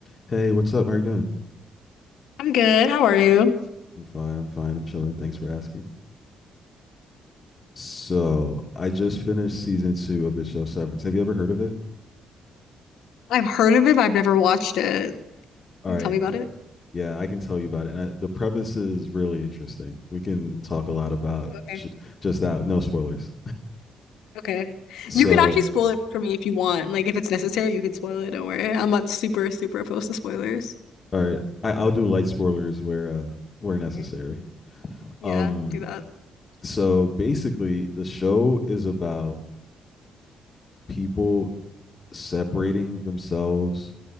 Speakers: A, on the left; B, on the left.
A: Hey, what's up? How you doing?
B: I'm good. How are you?
A: I'm fine. I'm fine. I'm chilling. Thanks for asking. So, I just finished season two of the show Severance. Have you ever heard of it?
B: I've heard of it, but I've never watched it.
A: All
B: Can
A: right.
B: you tell me about
A: c-
B: it?
A: Yeah, I can tell you about it. And I, the premise is really interesting. We can talk a lot about
B: Oh, Okay.
A: sh- just that. No spoilers.
B: Okay.
A: So,
B: You can actually spoil it for me if you want. Like, if it's necessary, you can spoil it. Don't worry. I'm not super, super opposed to spoilers.
A: all right. I, I'll do light spoilers where uh, where necessary.
B: Okay. Yeah,
A: Um.
B: do that.
A: So basically, the show is about people separating themselves